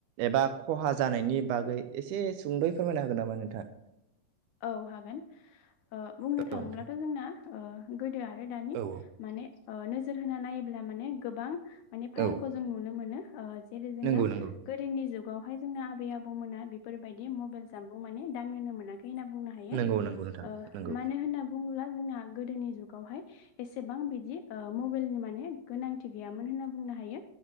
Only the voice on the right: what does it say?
एबा खहा जानायनि बागै एसे सुंदयै फोरमायना हागोन नामा नोंथाङा?
औ
नोंथां
औ
औ
नंगौ नंगौ
नंगौ नंगौ नोंथां
नंगौ